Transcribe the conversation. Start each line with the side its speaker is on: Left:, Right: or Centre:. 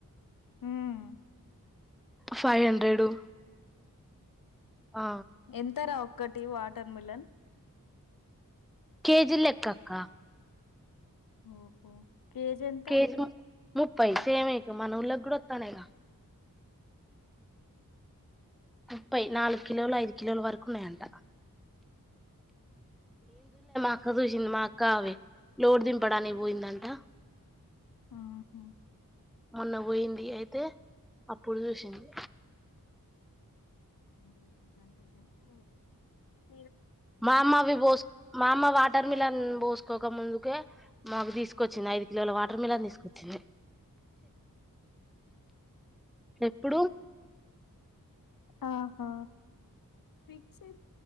Left: మ్మ్
Centre: ఫైవ్ హండ్రెడు, ఆ
Left: ఎంతరా ఒక్కటి వాటర్ మిలన్
Centre: కేజీ లెక్క అక్క
Left: ఓహో కేజీ ఎంత
Centre: కేజీ ముప్పై సేమే మనవుల్లగూడ వత్తన్నయ్ గా ముప్పై, నాలుగు కిలోలు ఐదు కిలోలు వరకు ఉన్నాయంట అక్క చూసింది మా అక్క అవి లోడ్ దింపడానికి పోయిందంట
Left: ఆహా
Centre: మొన్న పోయింది అయితే, అప్పుడు చూసింది
Left: <inaudible>
Centre: మమ్మా అవి బోస్ మమ్మా వాటర్మిలన్ బోస్ తీసుకోక ముందుకే మాకు తీసుకొచ్చింది ఐదు కిలోల వాటర్ మిలాన్ తీసుకొచ్చింది ఎప్పుడు
Left: ఆహా ఫిక్స్డ్